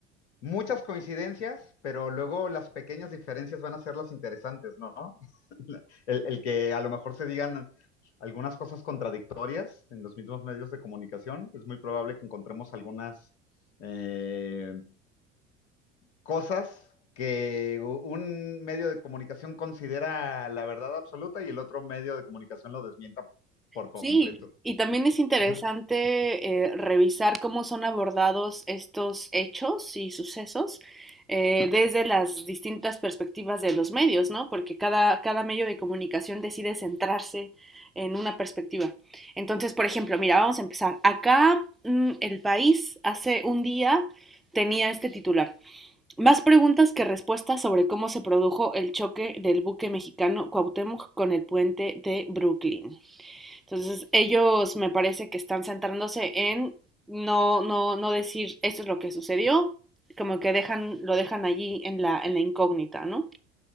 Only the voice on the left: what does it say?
muchas coincidencias, pero luego las pequeñas diferencias van a ser las interesantes, ¿no? <laughs> El, el que a lo mejor se digan algunas cosas contradictorias en los mismos medios de comunicación, es muy probable que encontremos algunas eh, cosas que u- un medio de comunicación considera la verdad absoluta y el otro medio de comunicación lo desmienta por completo.
<laughs>